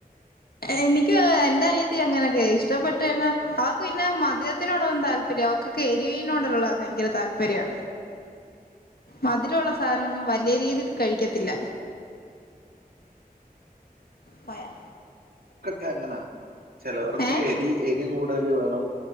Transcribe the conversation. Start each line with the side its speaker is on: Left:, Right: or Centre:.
Left: എനിക്കും അങ്ങനെ, എന്റനിയത്തീ അങ്ങനെക്കെയാ ഇഷ്ടപ്പെട്ടുകഴിഞ്ഞാ, അവക്കു പിന്നേ മധുരത്തിനോടൊന്നും താല്പര്യം, അവക്കൊക്കെ എരിവിനോടൊള്ള ഭയങ്കര താല്പര്യാ. മധുരഒള്ള സാധനവൊന്നും വല്ല്യരീതീ കഴിക്കത്തില്ല. പൊയാ.
Right: ക്കക്കെ എങ്ങനാ ചേലോർക്കു
Left: ഏഹ്
Right: എരി എരി കൂ തല് വേണം.